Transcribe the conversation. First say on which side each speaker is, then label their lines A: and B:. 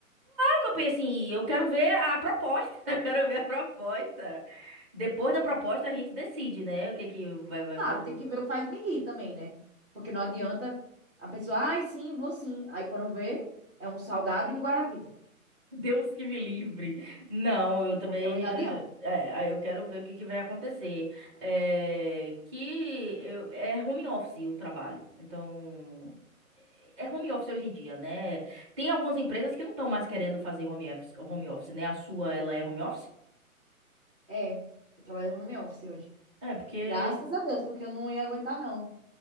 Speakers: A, on the right; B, on the right.
A: que eu penso assim Eu quero ver a proposta. <laughs> Eu quero ver a proposta. Depois da proposta, a gente decide, né? O que que vai, vai
B: Claro,
A: fazer.
B: tem que ver o faz-me rir também, né? Porque não adianta a pessoa, ai, sim, vou sim. Aí quando vê, é um salgado e um guaravita.
A: Deus que me livre. Não, eu também.
B: Aí também não
A: eh,
B: adianta.
A: É, aí eu quero ver o que que vai acontecer. É, que eu- é home office o trabalho. Então. É home office hoje em dia, né? Tem algumas empresas que não estão mais querendo fazer home office, home office, né? A sua, ela é home office?
B: É, eu trabalho no home office hoje.
A: É, porque.
B: Graças a Deus, porque eu não ia aguentar, não.